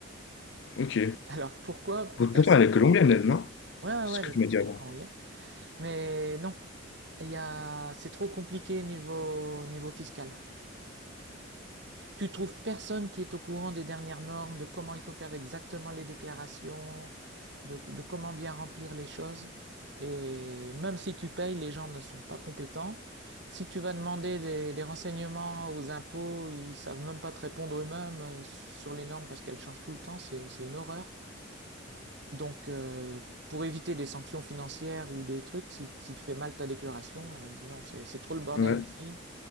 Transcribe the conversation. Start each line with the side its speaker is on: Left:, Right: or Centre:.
Left: Ok.
Right: Alors pourquoi?
Left: Votre
Right: Parce...
Left: maman, elle est colombienne, elle, non?
Right: Ouais, ouais,
Left: C'est
Right: ouais,
Left: ce
Right: elle
Left: que
Right: est,
Left: tu
Right: co-
Left: m'as dit avant.
Right: elle est colombienne. Mais non, il y a, c'est trop compliqué niveau, niveau fiscal. Tu trouves personne qui est au courant des dernières normes, de comment il faut faire exactement les déclarations, de, de comment bien remplir les choses. Et même si tu payes, les gens ne sont pas compétents. Si tu vas demander des, des renseignements aux impôts, ils savent même pas te répondre eux-mêmes euh, sur les normes parce qu'elles changent tout le temps, c'est une horreur. Donc, euh, pour éviter des sanctions financières ou des trucs, si, si tu fais mal ta déclaration, elle dit non, c'est trop le bordel
Left: Ouais.
Right: ici,